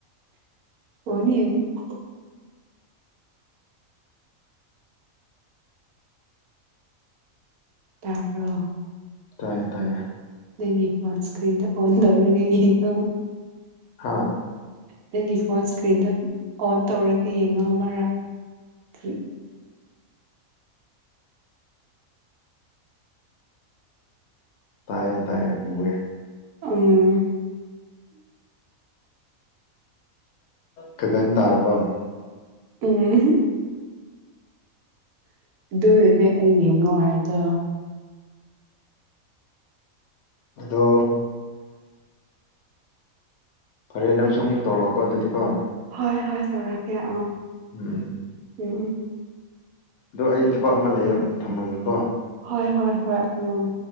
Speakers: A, on the right; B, on the left.
A: ꯐꯟ ꯌꯦꯡꯉꯨ ꯇꯔꯕ꯭ꯔꯣ
B: ꯇꯥꯏꯌꯦ ꯇꯥꯏꯌꯦ
A: ꯅꯪꯒꯤ ꯐꯣꯟ ꯏꯁꯀ꯭ꯔꯤꯟꯗ ꯑꯣꯟ ꯇꯧꯔꯒ ꯌꯦꯀꯣ
B: ꯍꯥꯥ
A: ꯅꯪꯒꯤ ꯐꯣꯟ ꯏꯁꯀ꯭ꯔꯤꯟꯗ ꯑꯣꯟ ꯇꯧꯔꯒ ꯌꯦꯡꯉꯛꯑꯃꯔꯥ ꯊ
B: ꯇꯥꯏ ꯇꯥꯏ ꯎꯋꯦ
A: ꯎꯝ
B: ꯈꯒꯟ ꯇꯥꯔꯕꯥ
A: ꯎꯝ ꯑꯗꯨꯗꯨꯅꯦ ꯑꯩ ꯌꯦꯡꯉꯣ ꯍꯥꯏꯗꯣ
B: ꯑꯗꯣ ꯐꯔꯦ ꯅꯪꯁꯨ ꯑꯃꯨꯛ ꯇꯧꯔꯛꯑꯣꯀꯣ ꯑꯗꯨꯗꯤꯀꯣ
A: ꯍꯣꯏ ꯍꯣꯏ ꯆꯧꯔꯥꯛꯀꯦ ꯑ
B: ꯎꯝ
A: ꯎꯝꯝ
B: ꯑꯣ ꯑꯩ ꯊꯕꯛ ꯑꯃ ꯂꯩ ꯊꯝꯃꯒꯦꯀꯣ
A: ꯍꯣꯏ ꯍꯣꯏ ꯍꯣꯏ ꯎꯝ